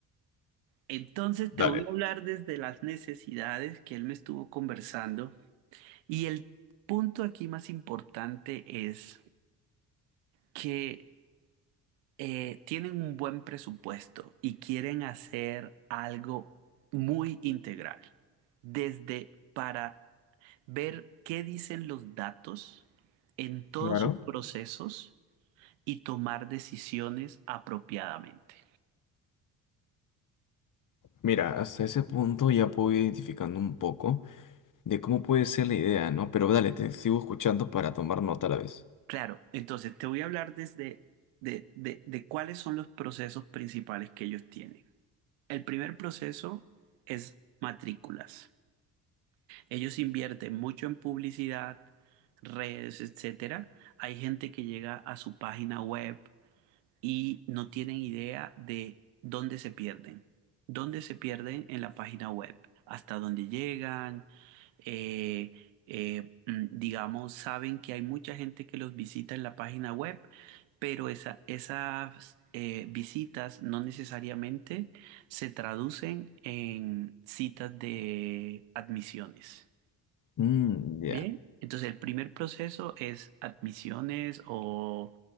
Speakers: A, on the right; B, on the left.
A: Entonces
B: Dale.
A: te voy a hablar desde las necesidades que él me estuvo conversando y el punto aquí más importante es que eh, tienen un buen presupuesto y quieren hacer algo muy integral, desde para ver qué dicen los datos en todos
B: Claro.
A: sus procesos y tomar decisiones apropiadamente.
B: Mira, hasta ese punto ya puedo ir identificando un poco de cómo puede ser la idea, ¿no? Pero dale, te sigo escuchando para tomar nota a la vez.
A: Claro, entonces te voy a hablar desde de, de- de cuáles son los procesos principales que ellos tienen. El primer proceso es matrículas. Ellos invierten mucho en publicidad, redes, etcétera. Hay gente que llega a su página web y no tienen idea de dónde se pierden, dónde se pierden en la página web, hasta dónde llegan. eh, eh, mm, digamos, saben que hay mucha gente que los visita en la página web, pero esa- esas eh, visitas no necesariamente se traducen en citas de admisiones.
B: Mm, ya,
A: Bien, entonces el primer proceso es admisiones o